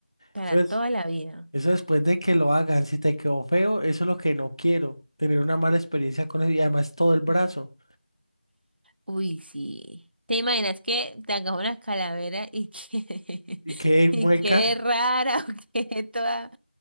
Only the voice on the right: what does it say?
para
toda la vida.
<laughs> Uy, sí. ¿Te imaginas que te hagas una calavera y que
<laughs>
y quede rara o quede toda